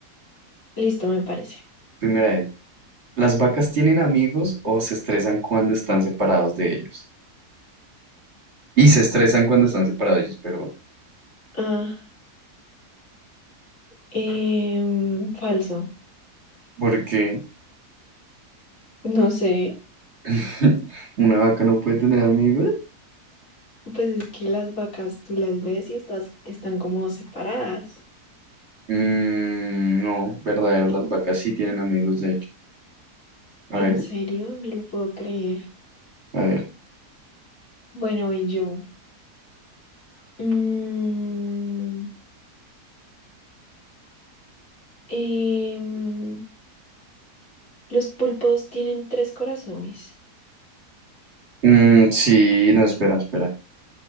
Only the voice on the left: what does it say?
Listo, me parece.
Ah, em, falso.
No sé.
Pues es que las vacas tú las ves y estás, están como separadas.
¿En
serio? No lo puedo creer.
Bueno, voy yo. Mm, em, los pulpos tienen tres corazones.